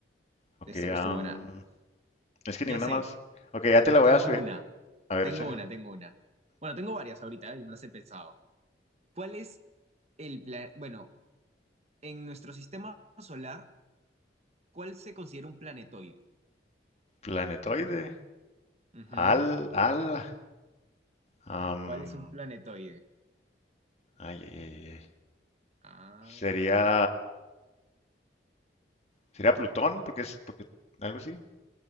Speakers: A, on the left; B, on the right.
A: ok,
B: Estuvo,
A: am,
B: estuvo buena.
A: es que
B: Ya
A: ninguna
B: sé,
A: más. Ok, ya te la voy
B: tengo
A: a subir.
B: una,
A: A ver,
B: tengo
A: échale.
B: una, tengo una. Bueno, tengo varias ahorita, ¿eh? y me las he pensado. ¿Cuál es el plan? Bueno, en nuestro sistema solar, ¿cuál se considera un planetoide?
A: Planetoide.
B: Ujú.
A: Al, al. Am,
B: ¿Cuál es un Wow. planetoide?
A: ay, ay, ay, ay.
B: Ah.
A: Sería, sería Plutón, porque es, porque, algo así.